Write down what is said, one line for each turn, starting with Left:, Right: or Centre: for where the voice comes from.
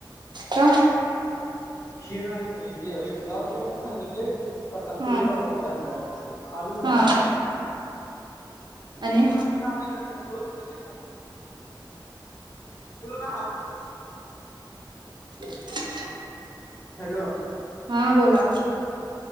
Right: का
Left: खीर आणि जे गावजेवण सांगितले पन्नास
Right: हा
Left: किलोचा भात घातलाय अजून दहा
Right: हा आणि
Left: अजून दहा द्याय लागत्यात दोन फोन घेतला ना? फुल का हाफ
Right: <inaudible>
Left: हॅलो
Right: हा बोला